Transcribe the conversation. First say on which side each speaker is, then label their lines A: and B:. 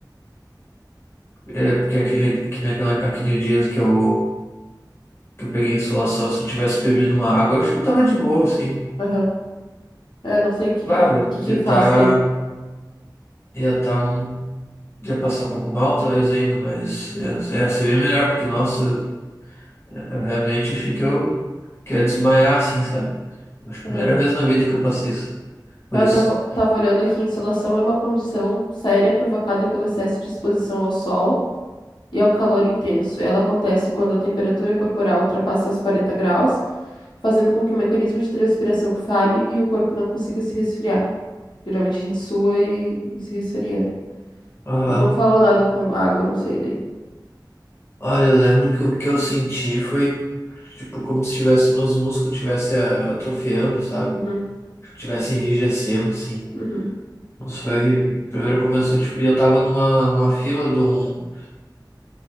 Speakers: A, on the left; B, on the left.
A: É, porque aquele, aquele, aquele, aquele dia que eu que eu peguei em insolação, se eu tivesse bebido uma água, eu acho que eu tava de boa, assim.
B: aham. É, não sei o que,
A: Claro,
B: que, que, que
A: eu ia
B: faz
A: tá,
B: ter.
A: ia tá, um- ia passar um pouco mal, talvez ainda, mas
B: Hum,
A: ia, ia ser bem melhor, porque, nossa, eu realmente achei que eu, que eu ia desmaiar, assim, sabe? Acho que
B: aham.
A: a primeira vez na vida que eu passei isso- por
B: É,
A: isso.
B: Eu tava, tava olhando aqui, insolação é uma condição séria provocada pelo excesso de exposição ao sol e ao calor intenso. Ela acontece quando a temperatura corporal ultrapassa os 40 graus, fazendo com que o mecanismo de transpiração falhe e o corpo não consiga se resfriar. Geralmente a gente sua e, e se resfria, né?
A: Aham.
B: Não falou nada com água, não sei daí.
A: Olha, eu lembro que o que eu senti foi, tipo, como se tivesse, meus músculos estivessem atrofiando, sabe?
B: Uhum,
A: Tivesse enrijecendo, assim.
B: uhum,
A: Nossa, foi horrível. Primeiro começou, tipo, e eu tava numa, numa fila de um